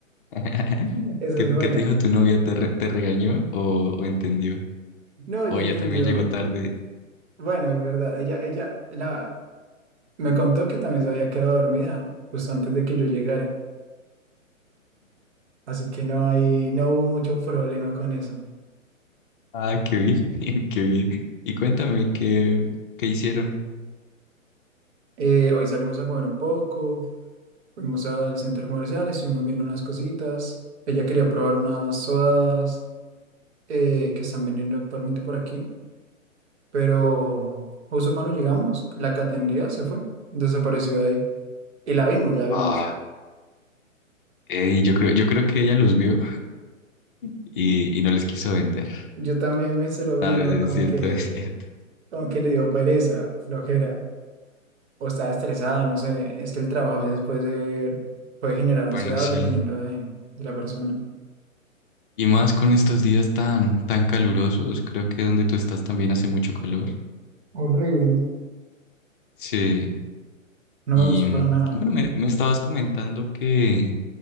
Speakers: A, on the left (about 40°); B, on the right (about 55°).
A: <laughs>
B: <laughs> Esa
A: ¿Qué,
B: es buena.
A: qué te dijo tu novia? ¿Te, re- te regañó o, o entendió?
B: No, ya
A: O ella
B: entendió.
A: también llegó tarde.
B: Bueno, es verdad, ella, ella la, me contó que también se había quedado dormida justo antes de que yo llegara, así que no hay, no hubo mucho problema con eso.
A: Ah, qué bien, <laughs> qué bien. Y cuéntame qué, qué hicieron.
B: Eh, hoy salimos a comer un poco, fuimos al centro comercial, estuvimos viendo unas cositas. Ella quería probar unas sodas eh, que están vendiendo actualmente por aquí, pero justo cuando llegamos, la que atendía se fue, desapareció de ahí. Y la vimos, la vimos.
A: Ah, ey, yo creo, yo creo que ella los vio y, y no les quiso vender.
B: Yo también pensé lo mismo,
A: Ah, es
B: como
A: cierto,
B: que,
A: <laughs> es cierto.
B: como que le dio pereza, flojera. o estaba estresada, no sé, es que el trabajo a veces puede ser, puede generar ansiedad
A: Bueno, sí.
B: dependiendo de, de la persona.
A: Y más con estos días tan, tan calurosos, creo que donde tú estás también hace mucho calor.
B: Horrible.
A: Sí,
B: No
A: y
B: me gustó
A: mm,
B: para nada.
A: bueno, me, me estabas comentando que,